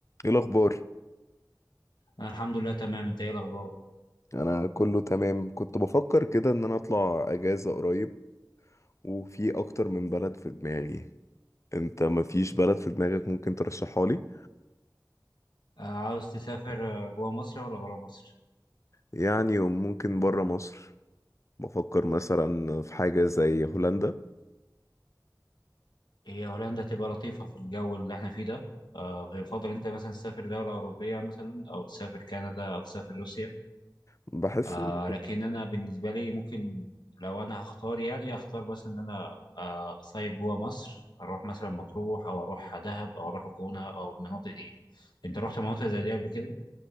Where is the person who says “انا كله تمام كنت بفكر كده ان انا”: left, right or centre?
Left